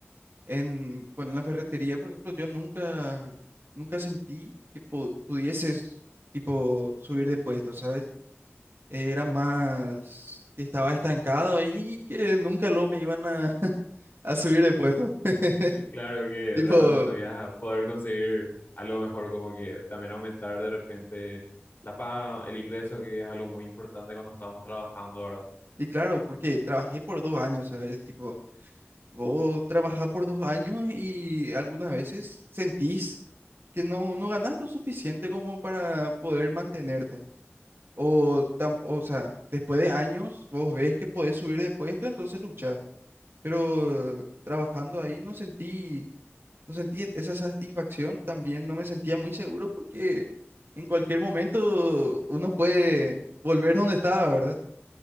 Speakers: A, on the right; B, on the left.
A: en, bueno, en la ferretería, por ejemplo, yo nunca, nunca sentí que pu- pudieses, tipo, subir de puesto, ¿sabes? Era más que estaba estancado ahí y que nunca lo me iban a, <laughs> a subir de puesto. <laughs>
B: <laughs> Claro que
A: Tipo,
B: realmente no ibas a poder conseguir algo mejor, como que también aumentar de repente la paga, el ingreso, que es algo muy importante cuando estamos trabajando, ¿verdad?
A: y claro, porque trabajé por dos años, ¿sabes? Tipo, vos trabajás por dos años y algunas veces sentís que no, no ganás lo suficiente como para poder mantenerte. O, tam- o sea, después de años vos ves que podés subir de puesto, entonces luchás. Pero trabajando ahí no sentí, no sentí e- esa satisfacción, también no me sentía muy seguro porque en cualquier momento uno puede volver donde estaba, ¿verdad?